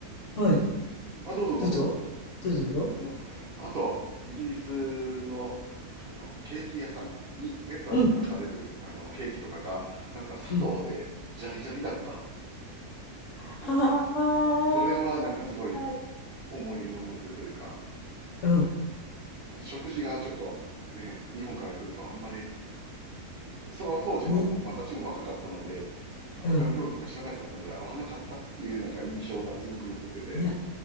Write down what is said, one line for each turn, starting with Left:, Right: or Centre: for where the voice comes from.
Left: はい。
Right: あ、どうぞどうぞ。
Left: どうぞ。どうぞどうぞ。
Right: あの、あと、イギリスの、あの、ケーキ屋さんいレストランで出される、
Left: うん。
Right: あの、ケーキとかが、なんか砂糖で、
Left: うん。
Right: ジャリジャリだった。
Left: はあ、
Right: なんか、それはなんかすごい
Left: はいはい。
Right: 思い出に残ってるというか、
Left: うん。
Right: あと食事がちょっと、ね、日本から来るとあんまり、その当時も私も若かったので、
Left: に、
Right: ほ他の料理とか知らなかったので、
Left: うん。
Right: 合わなかったっていうなんか印象がすごく残ってて、
Left: いや、